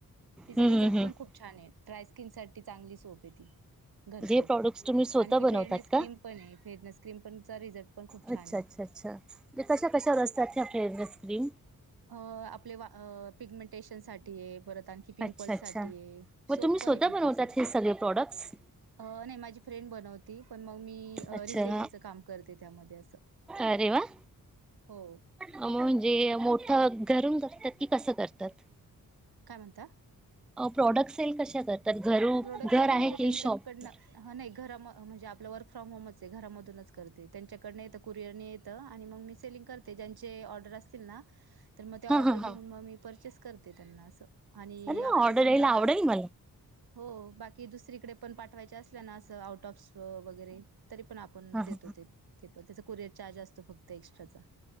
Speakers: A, on the right (about 80°); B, in the centre.
A: तिचा
B: हम्म
A: रिझल्ट
B: हम्म हम्म
A: पण खूप छान आहे. ड्रायस्किन साठी चांगली सोप आहे ती, घरसोप.
B: जे प्रॉडक्ट्स तुम्ही स्वतः
A: आणखी
B: बनवतात
A: फेअरनेस क्रीम
B: का?
A: पण आहे, फेरनस क्रीम पणचा रिझल्ट पण खूप छान
B: अच्छा
A: आहे.
B: अच्छा अच्छा. ते कशा कशावर असतात, ह्या फेयरनेस क्रीम?
A: अ आपले पिगमेंटेशनसाठी आहे, परत आणखी की पिंपल्ससाठी
B: अच्छा अच्छा
A: आहे,
B: मग
A: सोपपण
B: तुम्ही स्वतः
A: आहे पिंपल्ससाठी.
B: बनवतात हे सगळे प्रॉडक्ट्स?
A: अ नाही माझी फ्रेंड बनवती. पण मग मी
B: अच्छा
A: रिसेलिंगच काम करते त्यामध्ये असं.
B: अरे वाह.
A: हो.
B: म्हणजे मोठं घरून करतात, की कसं करतात?
A: काय म्हणता?
B: प्रॉडक्ट सेल कशा करता, घरून
A: प्रोडक्ट सेल
B: घर
A: म्हणजे
B: आहे
A: त्यांच्याकडनं
B: की शॉप?
A: ह नाही घरा म्हणजे आपलं वर्क फ्रॉम होमच आहे. घरामधूनच करते त्यांच्याकडन येतं ते कुरिअरने येतं आणि मग मी सेलिंग करते. ज्यांचे ऑर्डर असतील ना, तर मग ते ऑर्डर
B: हा हा
A: घेऊन
B: हा
A: मग मी परचेस करते त्यांना असं. आणि
B: अरे
A: आपलं
B: वा ऑर्डर
A: समजा
B: यायला आवडेल मला
A: हो बाकी दुसरीकडेपण पाठवायचे असल्या ना असं आउट ऑफ वगैरे तरीपण आपण
B: हा हा.
A: देतो ते, ते पण त्याचा कुरियर चार्ज असतो फक्त एक्स्ट्राचा.